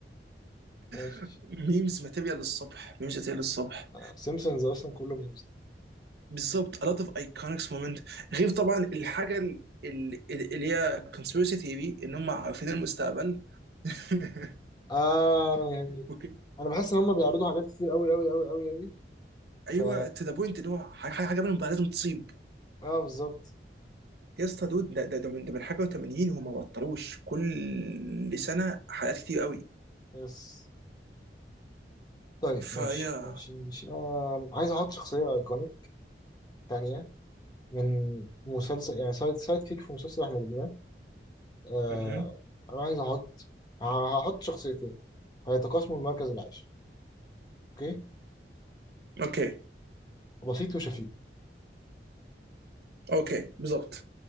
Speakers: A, on the left; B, on the right.
A: ماشي
B: <laughs> ميمز ماتيريال للصبح ميمز ماتيريال للصبح
A: سيمسونز أصلا كله ميمز
B: بالظبط a lot of iconic moment غير طبعا الحاجه ال- ال- اللي هي conspiracy theory ان هم عارفين المستقبل <laughs>
A: آه يعني
B: اوكي
A: أنا بحس إن هما بيعرضوا حاجات كتير أوي أوي أوي أوي أوي فا
B: ايوه to the point ان هو ح- ح- حاجه منهم بقى لازم تصيب
A: آه بالظبط
B: يا اسطى دود ده ده ده من ده من حاجه و80 هم ما بطلوش كل سنه حلقات كتير قوي
A: بس طيب
B: فيا
A: ماشي ماشي ماشي آه عايز أحط شخصية أيكونيك تانية من مسلسل يعني سايد سايد كيك في مسلسل إحنا جبناه آه
B: مهم.
A: أنا عايز أحط ه- هحط شخصيتين هيتقاسموا المركز العاشر اوكي
B: اوكي
A: بسيط وشفيق
B: اوكي بالظبط